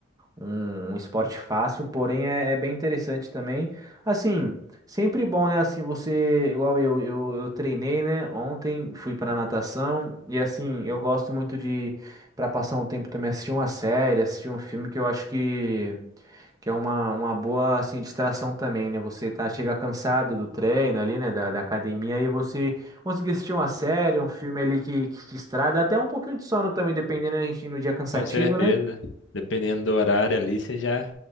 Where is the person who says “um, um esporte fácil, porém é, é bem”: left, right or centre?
Right